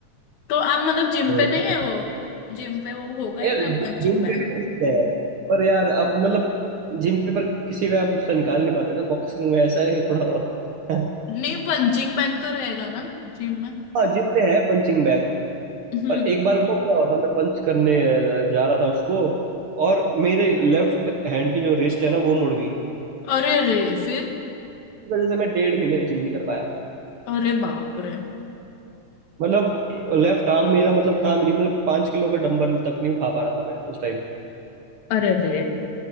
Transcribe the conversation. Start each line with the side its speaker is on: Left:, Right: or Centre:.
Left: तो आप मतलब जिम
Right: हम्म,
Left: पे नहीं है वो जिम पे वो होगा ही
Right: यार
Left: ना पंचिंग
Right: जिम
Left: बैग
Right: पे भी ठीक है पर यार अब मतलब जिम पे पर किसी में आप गुस्सा निकाल नहीं पाते ना बॉक्सिंग में ऐसा है कि थोड़ा बहुत <laughs>
Left: नहीं पंचिंग बैग तो रहेगा ना जिम में
Right: हाँ जिम में है पंचिंग बैग
Left: हम्म
Right: पर एक बार बताओ क्या होता मैं पंच करने जा रहा था उसको और मेरे लेफ्ट हैंड की जो रिस्ट है ना वो मुड़ गई
Left: अरे रे फिर
Right: इस वजह से मैं डेढ़ महीने जिम नहीं कर पाया
Left: अरे बाप रे
Right: मतलब लेफ्ट आर्म मेरा मतलब काम ही नहीं मतलब पाँच किलो का डंबल तक नहीं उठा पा रहा था मैं उस टाइम
Left: अरे रे